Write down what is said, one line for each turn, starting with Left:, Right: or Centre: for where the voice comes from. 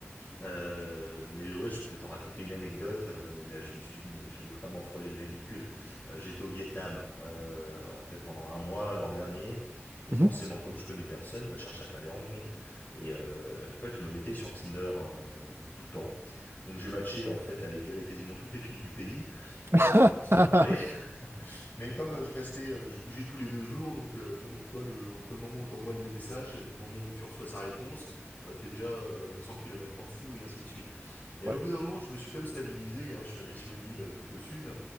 Left: Euh, mais ouais, je peux te raconter une anecdote. euh, et là, je me suis dit, bon, j'ai vraiment frôlé le ridicule. Euh, j'étais au Vietnam, euh, en fait, pendant un mois l'an dernier. Et
Right: Mhm.
Left: forcément, comme je connais personne, bah, je cherche à faire des rencontres. Et euh, en fait, je me mettais sur Tinder euh, tout le temps. Donc j'ai matché en fait avec quasiment toutes les filles du pays,
Right: <laughs>
Left: euh, façon de parler. <laughs> Mais comme euh, je restais, euh, je bougeais tous les deux jours, donc euh, bon, tu vois, le, entre le moment où t'envoies le message et le moment où tu reçois sa réponse, euh, t'es déjà euh, 100 kilomètres en dessous et ainsi de suite. Et
Right: Ouais.
Left: au bout d'un moment, je me suis quand même stabilisé. hein. je suis allé sur une île euh, tout au sud,